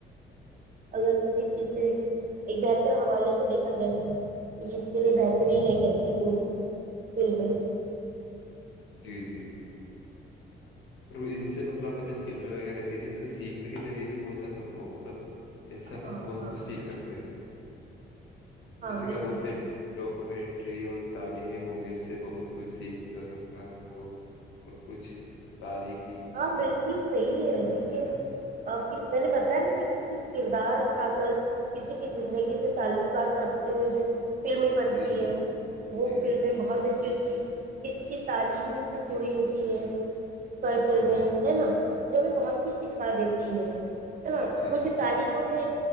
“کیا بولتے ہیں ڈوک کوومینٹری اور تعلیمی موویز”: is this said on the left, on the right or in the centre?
Left